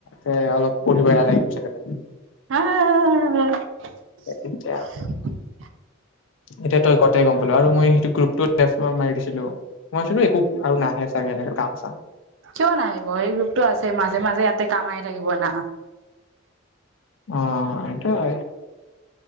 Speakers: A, on the left; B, on the right.
A: তে অলপ পঢ়িব এলাহ লাগি গৈছিল মোক।
B: <unintelligible>
A: এতিয়া এতিয়া তই গটে গম পালো আৰু মই সেইটো গ্ৰুপতোত তেজপুৰত মাৰি দিছিলো, <unintelligible> একো আৰু নাহে লাগে নেকি কাম চাম।
B: কিয় নাহিব, সেই গ্ৰুপটো আছে মাজে-মাজে ইয়াতে কাম আহি থাকিব না
A: অঁ সেইটো হয়,